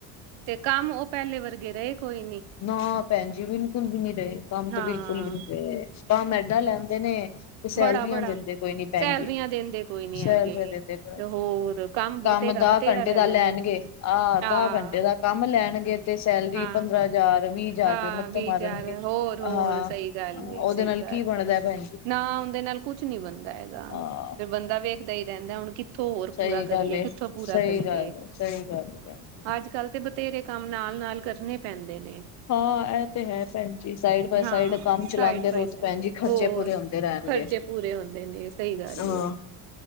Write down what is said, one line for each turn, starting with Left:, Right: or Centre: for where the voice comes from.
Right: ਤੇ ਕੰਮ ਉਹ ਪਹਿਲੇ ਵਰਗੇ ਰਹੇ ਕੋਈ ਨੀ
Left: ਨਾ ਭੈਣ ਜੀ ਬਿਲਕੁਲ ਵੀ ਨੀ ਰਹੇ, ਕੰਮ
Right: ਹਾਂ
Left: ਤੇ ਬਿਲਕੁਲ ਵੀ ਨੀ ਰਹੇ, ਕੰਮ ਐਦਾ ਲੈਂਦੇ ਨੇ ਤੇ ਸੈਲਰੀਆਂ
Right: ਬੜਾ ਬੜਾ
Left: ਦਿੰਦੇ ਕੋਈ ਨੀ ਭੈਣ
Right: ਸੈਲਰੀਆਂ
Left: ਜੀ,
Right: ਦਿੰਦੇ ਕੋਈ ਨੀ ਹੈਗੇ
Left: ਸੈਲਰੀਆਂ ਦਿੰਦੇ ਕੋਈ
Right: ਤੇ ਹੋਰ ਬਥੇਰਾ
Left: ਕੰਮ ਦਹ
Right: ਬਥੇਰਾ
Left: ਘੰਟੇ
Right: ਲੈ
Left: ਦਾ
Right: ਲੈਂਦੇ
Left: ਲੈਣਗੇ,
Right: ਨੇ
Left: ਆਹ
Right: ਹਾਂ
Left: ਦਾਹ ਘੰਟੇ ਦਾ ਕੰਮ ਲੈਣਗੇ ਤੇ ਸੈਲਰੀ
Right: ਹਾਂ
Left: ਪੰਦਰਾਂ ਹਜ਼ਾਰ - ਵੀਹ ਹਜ਼ਾਰ
Right: ਹਾਂ
Left: ਰੁਪਏ ਮੱਥੇ
Right: ਵੀਹ
Left: ਮਾਰਨਗੇ,
Right: ਹਜ਼ਾਰ ਹੋਰ ਹੋਰ
Left: ਹਾਂ,
Right: ਸਹੀ ਗੱਲ ਏ
Left: ਉਹਦੇ
Right: ਸਹੀ
Left: ਨਾਲ
Right: ਗੱਲ
Left: ਕੀ ਬਣਦਾ
Right: ਏ
Left: ਭੈਣਜੀ।
Right: ਨਾ ਓਦੇਂ ਨਾਲ ਕੁਛ ਨੀ ਬਣਦਾ ਹੈਗਾ,
Left: ਹਾਂ
Right: ਫਿਰ ਬੰਦਾ ਵੇਖਦਾ ਹੀ ਰਹਿੰਦਾ ਹੁਣ ਕਿੱਥੋਂ ਹੋਰ
Left: ਸਹੀ
Right: ਪੂਰਾ ਕਰੀਏ,
Left: ਗੱਲ ਏ
Right: ਕਿੱਥੋਂ ਪੂਰਾ
Left: ਸਹੀ
Right: ਕਰੀਏ?
Left: ਗੱਲ ਏ ਸਹੀ ਗੱਲ ਏ ਭੈਣ ਜੀ
Right: ਅੱਜ -ਕੱਲ੍ਹ ਤੇ ਬਥੇਰੇ ਕੰਮ ਨਾਲ- ਨਾਲ ਕਰਨੇ ਪੈਂਦੇ ਨੇ।
Left: ਹਾਂ ਇਹ ਤੇ ਹੈ ਭੈਣ ਜੀ ਸਾਈਡ ਬਾਏ
Right: ਹਾਂ
Left: ਸਾਈਡ ਕੰਮ ਚਲਾਉਂਦੇ
Right: ਸਾਈਡ ਬਾਏ
Left: ਰਹੋ
Right: ਸਾਈਡ
Left: ਤੇਂ ਭੈਣ ਜੀ ਖਰਚੇ
Right: ਹੋਰ
Left: ਪੂਰੇ ਹੁੰਦੇ ਰਹਿਣਗੇ।
Right: ਖਰਚੇ ਪੂਰੇ ਹੁੰਦੇ ਨੇ ਸਹੀ ਗੱਲ
Left: ਹਾਂ,
Right: ਏ।